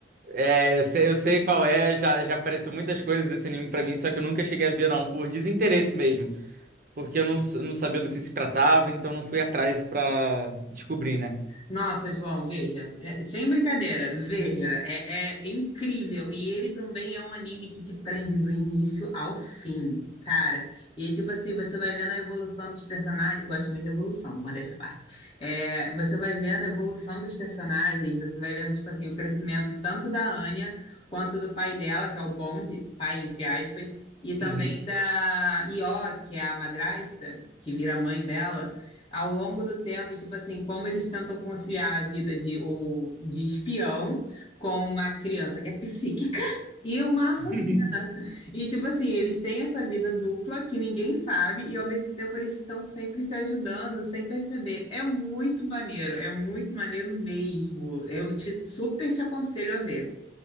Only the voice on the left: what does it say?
Nossa, João, veja, é, sem brincadeira, veja, é, é incrível. E ele também é um anime que te prende do início ao fim, cara. E tipo assim, você vai vendo a evolução dos personagens. Gosto muito de evolução, modéstia à parte. É, você vai vendo a evolução dos personagens, você vai vendo, tipo assim, o crescimento tanto da Anya quanto do pai dela, que é o Bond, pai entre aspas, e também
da Io, que é a madrasta, que vira mãe dela ao longo do tempo, tipo assim, como eles tentam conciliar a vida de, o, de espião com uma criança que é psíquica e uma assassina.
E, tipo assim, eles têm essa vida dupla que ninguém sabe e, ao mesmo tempo, eles estão sempre se ajudando sem perceber. É muito maneiro, é muito maneiro mesmo. Eu te super te aconselho a ver.